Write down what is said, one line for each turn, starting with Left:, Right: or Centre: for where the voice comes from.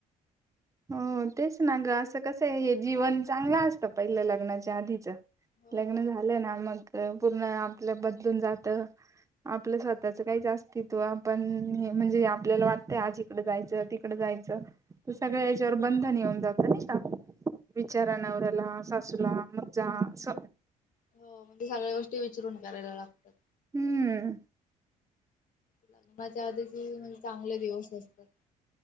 Right: हो तेच ना ग असं कसं आहे हे जीवन चांगलं असतं पहिल्या लग्नाच्या आधीच
Left: हो
Right: लग्न झालं ना मग पूर्ण आपलं बदलून जात आपलं स्वतःचं
Left: तेच
Right: काही जास्ती तो आपण हे म्हणजे आपल्याला वाटतय आज इकड जायचं तिकड जायचं
Left: हो
Right: सगळ याच्यावर बंधन होऊन जात आणि का विचारांनावरला
Left: तेच.
Right: सासूला मज्जा अस
Left: हो मणज ते सगळ्या गोष्टी विचरून करायला लागतात
Right: हम्म
Left: लग्नाच्या आधीचे म्हणजे चांगले दिवस असतात